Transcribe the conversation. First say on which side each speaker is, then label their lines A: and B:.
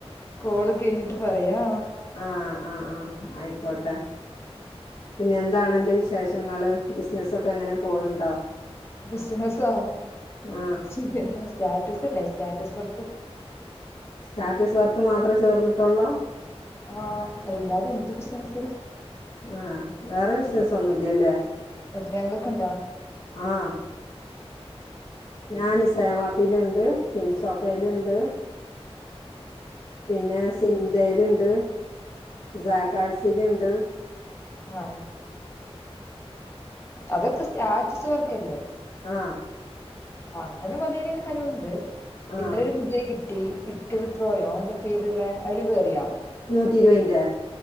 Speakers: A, on the left (about 25°); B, on the left (about 65°).
A: കോൾ കഴിഞ്ഞിട്ട് പറയാ
B: ആ ആ ആ ആയിക്കോട്ടെ പിന്നെ എന്താണ് അന്റെ വിശേഷങ്ങള് ബിസിനസ്സ് ഒക്കെ എങ്ങനെ പോണ് ണ്ടോ
A: ബിസിനസ്സോ
B: ആഹ്
A: ല്ലേ സ്റ്റാറ്റസ് വർക്ക്
B: സ്റ്റാറ്റസ് വർക്ക് മാത്രമേ ചേർന്നിട്ടുള്ളോ
A: ആ അല്ലാതെ എന്ത് ബിസിനസ്.
B: ആ വേറെ ബിസിനസ്സ് ഒന്നുല്ലല്ലേ
A: ഇല്ല്യ ങ്ങൾക്ക് ണ്ടോ
B: ആഹ് ഞാന് സേവാപ്പയിലുണ്ട് ഫിൻസോപ്പയിലുണ്ട് പിന്നെ സിന്തയിലുണ്ട് സക്കാഡ്‌സിൽണ്ട്
A: ആ അതൊക്കെ സ്റ്റാറ്റസ് വർക്കല്ലേ
B: ആ
A: അങ്ങനെ പത്തീൽ ഞാനുണ്ട്
B: ആഹ്
A: ഇന്നൊരു പുതിയ കി ദി പിക്കൽ പ്രോയോ അങ്ങനെ പേരുള്ള അയ്ൽ കേറിയോ
B: നൂറ്റി ഇരുപതിന്റെ